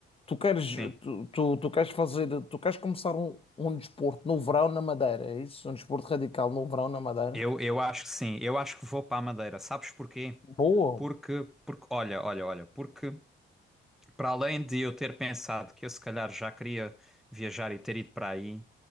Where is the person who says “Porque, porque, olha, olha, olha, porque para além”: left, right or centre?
Centre